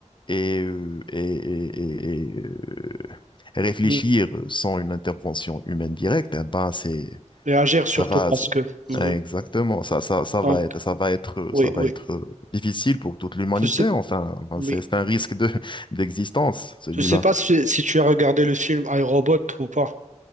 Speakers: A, on the left (about 40°); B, on the right (about 90°).
A: et, euh, et, et- et- et, euh, réfléchir
B: Mhm.
A: sans une intervention humaine directe, eh ben c'est
B: Réagir
A: ça
B: surtout
A: va,
B: parce
A: ça-
B: que. Mhm.
A: exactement. Ça, ça, ça
B: Donc,
A: va être, ça va être,
B: oui,
A: ça va
B: oui.
A: être euh, difficile pour toute l'humanité.
B: Je sais,
A: Enfin, Enfin,
B: oui.
A: c'est c'est un risque de <laughs> d'existence, celui-là.
B: Je sais pas si, si tu as regardé le film iRobot ou pas.